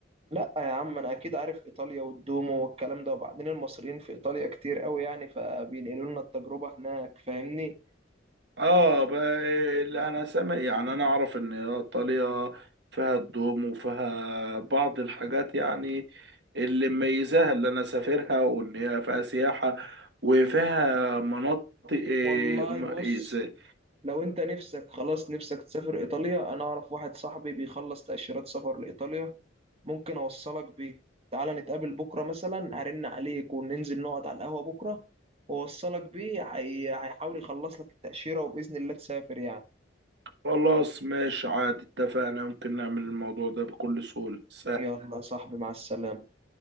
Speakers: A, on the right; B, on the right.
A: لا يا عم انا اكيد عارف ايطاليا والدومو والكلام ده وبعدين المصريين في ايطاليا كتير قوي يعني فبينقلوا لنا التجربه هناك فاهمني
B: اه ب- اللي انا سامع يعني انا اعرف ان ايطاليا فيها الدومو وفيها بعض الحاجات يعني اللي مميزاها اللي انا سافرها وان هي فيها سياحه وفيها مناطق إيه،
A: والله
B: م-
A: بص
B: إيه، زي-
A: لو انت نفسك خلاص نفسك تسافر ايطاليا انا اعرف واحد صاحبي بيخلص تأشيرات سفر لايطاليا ممكن اوصلك بيه تعالى نتقابل بكره مثلا هرن عليك وننزل نقعد على القهوه بكره واوصلك بيه هي- هيحاول يخلص لك التأشيرة وبإذن الله تسافر يعني
B: خلاص ماشي عادي اتفقنا ممكن نعمل الموضوع ده بكل سهولة سهل
A: يلا يا صاحبي مع السلامة